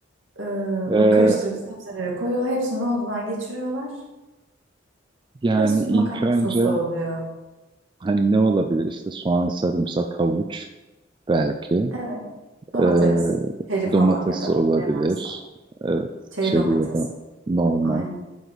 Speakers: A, on the right; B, on the right.
A: E,
B: Ee,
A: bu karıştırıp sebzelere koyuyorlar. Hepsini rondodan geçiriyorlar.
B: yani
A: Ve s-
B: ilk
A: makarna
B: önce
A: sosu oluyor.
B: hani ne olabilir işte soğan, sarımsak, havuç belki.
A: Evet. Domates,
B: Ee,
A: çeri falan
B: domates
A: ya da
B: olabilir.
A: ne varsa.
B: Evet
A: Çeri
B: çeri
A: domatesi.
B: ya da normal.
A: Aynen.